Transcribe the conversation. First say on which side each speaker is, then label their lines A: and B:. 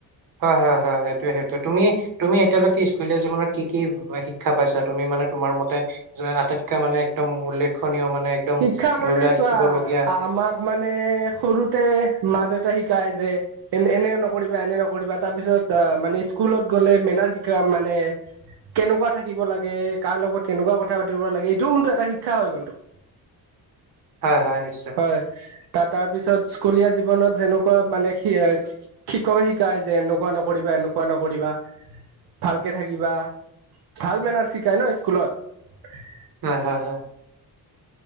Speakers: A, on the right (about 55°); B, on the right (about 70°).
A: হয় হয় হয় সেইটোৱে সেইটোৱে তুমি তুমি এতিয়ালৈকে স্কুলীয়া জীৱনত কি কি শিক্ষা পাইছা তুমি মানে তোমাৰ মতে যে আটাইতকৈ মানে একদম উল্লেখনীয় মানে একদম
B: শিক্ষা মানে
A: ধৰি লোৱা
B: চোৱা
A: লিখিবলগীয়া
B: আমাক মানে সৰুতে মা দেউতা শিকায় যে এনে এনে নকৰিবা এনে নকৰিবা তাৰপিছত আহ মানে স্কুলত গলে মেনাৰ শিকা মানে কেনেকুৱা থাকিব লাগে কাৰ লগত কেনেকুৱা কথা পাতিব লাগে এইটোও কিন্তু এটা শিক্ষা হয় কিন্তু <inaudible>
A: হয় হয় নিশ্চয়
B: হয় তা তাৰ পিছত স্কুলীয়া জীৱনত সেনেকুৱা মানে সে শিক্ষকে শিকায় যে এনেকুৱা নকৰিবা এনেকুৱা নকৰিবা ভালকে থাকিবা ভাল মেনাৰছ শিকায় ন স্কুলত
A: হয় হয় হয়